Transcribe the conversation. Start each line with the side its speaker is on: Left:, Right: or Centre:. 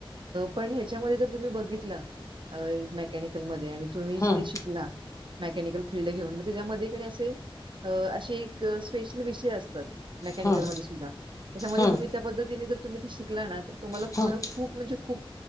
Right: पण ह्याच्यामध्ये जर तुम्ही बघितलं मेकॅनिकलमध्ये. तुम्ही
Left: हम्म
Right: शिकला मेकनिकल फीलल्ड घेऊन त्याच्यामध्ये. असे एक स्पेशल विषय असतात. मेकॅनिकलमध्ये
Left: हम्म हम्म
Right: सुद्धा त्याच्यामध्ये
Left: हम्म
Right: तम् त्या पद्धतीने जर तुम्ही शिकला ना. तुम्हाला
Left: हम्म
Right: पुढं खूप म्हणजे खूप